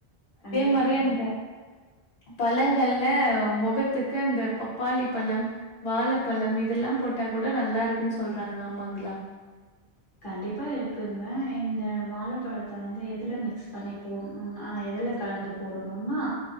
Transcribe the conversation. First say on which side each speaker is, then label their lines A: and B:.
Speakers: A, on the left; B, on the left.
A: கண்டிப்பா
B: மாரி
A: அதையும்
B: அந்த பழங்கள்ல மொகத்துக்கு அந்த பப்பாளி பழம் வாழப்பழம் இதெல்லா போட்டா கூட நல்லா இருக்குன் சொல்றாங்க ஆமாங்ளா
A: கண்டிப்பா இருக்குங்க இந்த வாழப்பழத்த வந்து எதுல மிக்ஸ் பண்ணி போட்ணுன் ஆ எதுல கலந்து போடணுன்னா